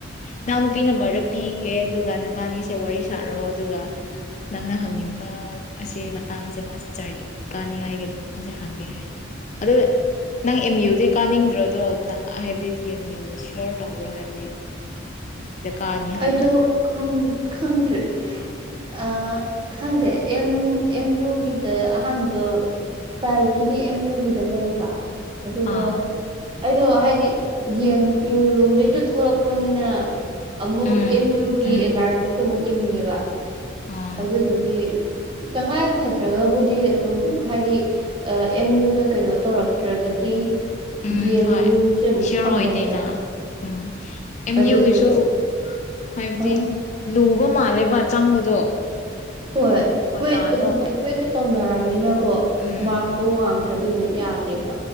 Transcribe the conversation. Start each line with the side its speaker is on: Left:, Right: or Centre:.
Left: ꯏꯅꯥꯎ ꯅꯨꯄꯤ ꯅꯝꯕꯔꯗꯣ ꯄꯤꯒꯦ ꯑꯗꯨꯒ ꯅꯕꯥꯅꯤꯁꯦ ꯋꯥꯔꯤ ꯁꯥꯔꯣ ꯑꯗꯨꯒ ꯅꯪꯅ ꯍꯪꯅꯤꯡꯕ ꯑꯁꯤ ꯃꯇꯥꯡꯁꯦ ꯃꯥꯁꯇꯔꯒꯤ ꯀꯥꯅꯤꯡꯉꯥꯏꯒꯤ ꯃꯇꯥꯡꯁꯦ ꯍꯪꯒꯦ ꯍꯥꯏꯔꯗꯤ ꯑꯗꯨ ꯅꯪ ꯑꯦꯝ ꯌꯨꯗꯤ ꯀꯥꯅꯤꯡꯗ꯭ꯔꯣꯗꯣ ꯍꯥꯏꯕꯗꯤ ꯗꯤ ꯑꯦꯝ ꯌꯨꯅ ꯁꯤ <unintelligible> ꯇꯧꯕ꯭ꯔꯥ ꯍꯥꯏꯕꯗꯤ ꯁꯤꯗ ꯀꯥꯅꯤ ꯍꯥꯏꯕꯗꯣ
Right: ꯑꯩꯗꯣ ꯈꯪ ꯈꯪꯗ꯭ꯔꯦ ꯑꯥ ꯈꯪꯗꯦ ꯑꯦꯝ ꯑꯦꯝ ꯌꯨꯒꯤꯗ ꯑꯍꯥꯟꯕ ꯄ꯭ꯔꯥꯏꯌꯣꯔꯤꯇꯤꯗꯤ ꯑꯦꯝ ꯌꯨꯒꯤꯗ ꯂꯩꯑꯕ ꯑꯗꯨꯒ
Left: ꯑꯥ
Right: ꯑꯩꯗꯣ ꯍꯥꯏꯗꯤ ꯗ‌ꯦꯝ ꯏꯌꯨ ꯂꯣꯝꯗꯩꯖꯨ ꯊꯣꯛꯂꯛꯄꯅꯤꯅ ꯑꯃꯨꯛ
Left: ꯎꯝ
Right: ꯑꯦꯝ ꯌꯨꯒꯤ
Left: ꯎꯝ
Right: ꯑꯦꯟꯚꯥꯏꯔꯣꯟꯃꯦꯟꯇꯣ ꯑꯃꯨꯛ ꯌꯦꯡꯅꯤꯡꯉꯦꯕ
Left: ꯑꯣ
Right: ꯑꯗꯨꯗꯨꯒꯤ ꯇꯉꯥꯏ ꯐꯗ꯭ꯔꯥꯒꯕꯨꯗꯤ ꯑꯗꯨꯝ ꯍꯥꯏꯗꯤ ꯑꯥ ꯑꯦꯝ ꯌꯨꯗ ꯀꯩꯅꯣ ꯇꯧꯔꯛꯇ꯭ꯔꯥꯒꯗꯤ
Left: ꯎꯝ
Right: ꯗꯦꯝ
Left: ꯍꯣꯏ
Right: ꯌꯨꯖꯦ ꯑꯃꯨꯛ
Left: ꯁꯤꯌꯣꯔ
Right: ꯊꯝꯕꯅꯦꯕ
Left: ꯑꯣꯏꯗꯦꯅ ꯎꯝ ꯑꯦꯝ
Right: ꯑꯗꯨꯗꯣ
Left: ꯌꯨꯒꯤꯁꯨ ꯍꯥꯏꯕꯗꯤ
Right: ꯑꯥ
Left: ꯂꯨꯕ ꯃꯥꯜꯂꯦꯕ ꯆꯪꯕꯗꯣ
Right: ꯍꯣꯏ
Left: ꯀ꯭ꯋꯥꯇꯥꯗꯣ
Right: ꯀ꯭ꯋꯦꯠꯀꯥ ꯍꯨꯖꯤꯛꯇꯤ ꯀ꯭ꯋꯦꯠꯀꯥ ꯇꯧꯅꯔꯝꯃꯤꯅꯀꯣ
Left: ꯎꯝ
Right: ꯃꯥꯔꯛꯇꯣ ꯋꯥꯡ ꯇ꯭ꯔꯥꯗꯤ ꯑꯃꯨꯛ ꯌꯥꯗꯦꯕ